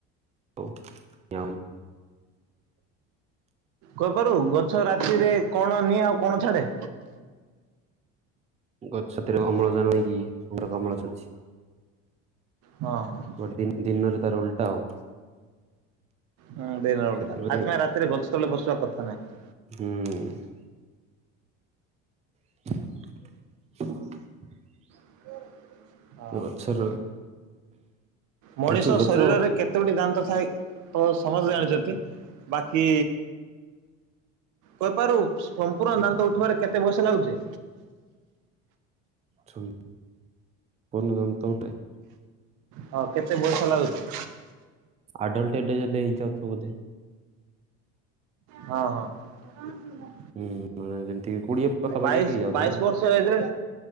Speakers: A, on the right; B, on the right.
A: ହଉ <unintelligible>
B: କହିପାରୁ ଗଛ ରାତିରେ କଣ ନିଏ ଆଉ କଣ ଛାଡେ?
A: ଗଛଛାତରେ ଅମ୍ଳଜାନ ନେଇକି ଅଙ୍ଗାର କାମ୍ଲ ଛାଡୁଛି।
B: ହଁ, ହଁ।
A: ଗୋଟେ ଦି ଦିନରେ ତାର ଓଲଟା ଆଉ
B: ହୁଁ, ଦିନ
A: ସେଥିପାଇଁ
B: ଉଲଟା। ଆମେ ପାଇଁ ରାତିରେ ଗଛ ତଳେ ବସିବା କଥାନାହିଁ।
A: ହୁଁ। <unintelligible>
B: <unintelligible>
A: ଗଛର <unintelligible>
B: ମଣିଷ
A: ଗଛ ଗଛ
B: ଶରୀରରେ କେ କେତେ ଗୋଟି ଦାନ୍ତ ଥାଏ? ସମସ୍ତେ ଜାଣିଛନ୍ତି। ବାକି କହିପାରୁ ସମ୍ପୂର୍ଣ ଦାନ୍ତ ଉଠିବାରେ କେତେ ବର୍ଷ ଲାଗୁଛି?
A: ସ ପୂର୍ଣ ଦାନ୍ତ <unintelligible>
B: ହଁ, କେତେ ବୟସ ଲାଗୁଛି?
A: ଆଡଲଟ ଡେ <unintelligible> ହେଲେ ହେଇ ଯାଉଛ ବୋଧେ।
B: ହଁ, ହଁ।
A: ହୁଁ <unintelligible> ଯେମିତି କୋଡିଏ ପାଖାପାଖି
B: ବାଇଶ,
A: ହେଲେ ହେଇଯାଉଥିବ
B: ବାଇଶ
A: ଯେ
B: ବର୍ଷ ଏଜେ ରେ